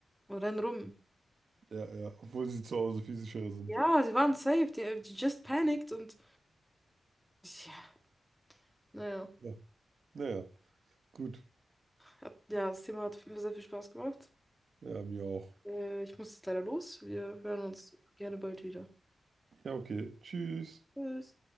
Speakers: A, in the centre; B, on the right.
A: und rennen rum.
B: Ja, ja, obwohl sie zu Hause viel sicherer sind.
A: Ja, sie waren safe, die, die just panicked und ja, naja.
B: Ja, naja, gut.
A: Hat, ja, das Thema hat auf jeden Fall sehr viel Spaß gemacht.
B: Ja, mir auch.
A: Äh, ich muss jetzt leider los. Wir hören uns gerne bald wieder.
B: Ja, okay. Tschüss.
A: Tschüss.